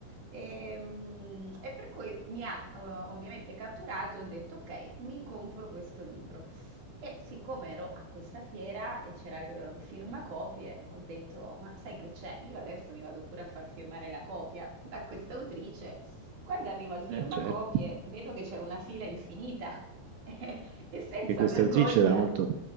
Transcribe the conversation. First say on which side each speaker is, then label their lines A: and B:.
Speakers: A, on the right; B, on the right.
A: E, mh, e per cui mi ha eh, ovviamente catturato e ho detto: Ok, mi compro questo libro. E siccome ero a questa fiera e c'era il eh, firmacopie, ho detto, ma sai che c'è? Io adesso mi vado pure a far firmare la copia <laughs> da questa autrice. Quando arrivo al firmacopie,
B: eh, certo,
A: vedo che c'era una fila infinita <laughs> e senza
B: perché questa
A: vergogna,
B: autrice era molto...